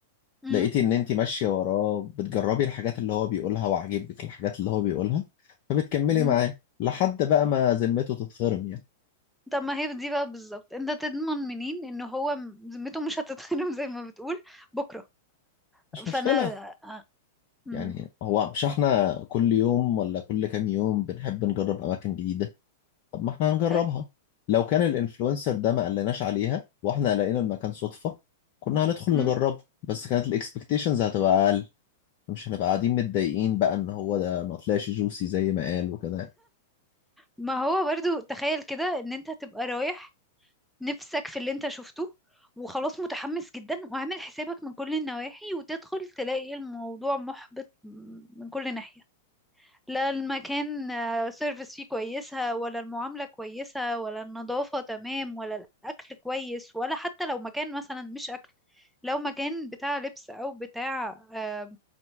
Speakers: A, in the centre; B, on the left (about 45°).
A: امم
B: لقيتي ان انت ماشية وراه بتجربي الحاجات اللي هو بيقولها وعاجبك الحاجات اللي هو بيقولها فبتكملي
A: أمم.
B: معاه لحد بقى ما ذمته تتخرم يعني
A: طب ما هي دي بقى بالظبط انت تضمن منين ان هو م- ذمته مش هتتخرم <laughs> زي ما بتقول بكره
B: مش
A: فانا
B: مشكلة
A: آه، أمم.
B: يعني هو مش احنا كل يوم ولا كل كام يوم بنحب نجرب أماكن جديدة طب ما احنا هنجربها
A: اي
B: لو كان الانفلونسر ده ما قلناش عليها واحنا لقينا المكان صدفة كنا هندخل
A: أمم.
B: نجربه بس كانت الاكسبكتيشنز هتبقى اقل مش هنبقى قاعدين متضايقين بقى ان هو ده ما طلعش جوسي زي ما قال وكده
A: ما هو برضو تخيل كده ان انت تبقى رايح نفسك في اللي انت شفته وخلاص متحمس جدا وعامل حسابك من كل النواحي وتدخل تلاقي الموضوع محبط من كل ناحية لا المكان آه، سيرفيس فيه كويسة ولا المعاملة كويسة ولا النظافة تمام ولا الأكل كويس ولا حتى لو مكان مثلا مش أكل لو مكان بتاع لبس أو بتاع آه،